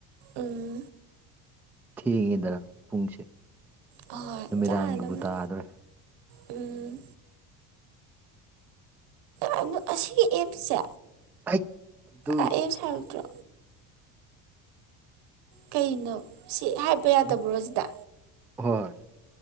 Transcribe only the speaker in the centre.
ꯊꯦꯡꯉꯤꯗꯅ ꯄꯨꯡꯁꯦ
ꯅꯨꯃꯤꯗꯥꯡꯒꯤꯕꯨ
ꯇꯥꯗ꯭ꯔꯦ
ꯑꯩ ꯑꯗꯨꯏ
ꯎꯝ
ꯍꯣꯏ